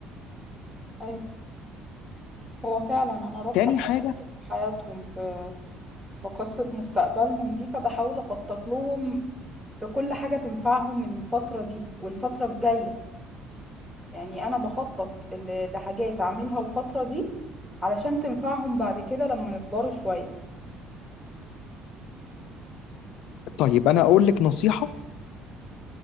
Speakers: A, in the centre; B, on the left.
A: ايوه هو فعلا أنا رابطة
B: تاني حاجه
A: حياتي بحياتهم في في قصة مستقبلهم دي فبحاول أخطط لهم في كل حاجة تنفعهم الفترة دي والفترة الجاية يعني انا بخطط ل- لحاجات اعملها الفترة دي علشان تنفعهم بعد كده لما يكبروا شوية
B: طيب انا اقول لك نصيحه